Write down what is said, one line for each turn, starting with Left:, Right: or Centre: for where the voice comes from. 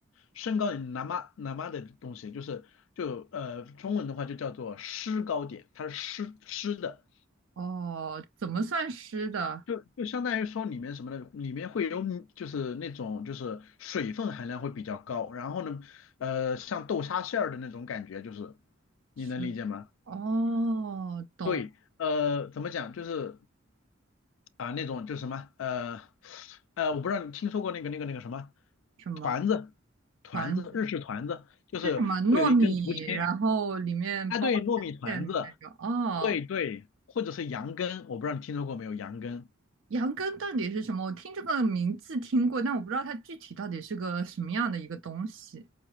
Left: 身高点 nama n a 的东西，就是就呃中文的话就叫做诗高点，它是诗诗的。
Right: 哦，怎么算湿的？
Left: 就就相当于说里面什么呢？里面会有米就是那种就是水分含量会比较高，然后呢，呃，像豆沙馅儿的那种感觉，就是你能理解吗？
Right: 是哦，懂
Left: 对，呃，怎么讲？就是啊、那种就是什么呃呃，我不知道你听说过那个那个那个什么
Right: 什么
Left: 团子，团子日式团子，
Right: 团子
Left: 就是会有一根竹签
Right: 是什么糯米，然后里面包
Left: 啊，对，糯米团子，
Right: 馅的那种。哦，
Left: 对对，或者是羊羹，我不知道你听说过没有羊羹。
Right: 羊羹到底是什么？我听这个名字听过，但我不知道它具体到底是个什么样的一个东西。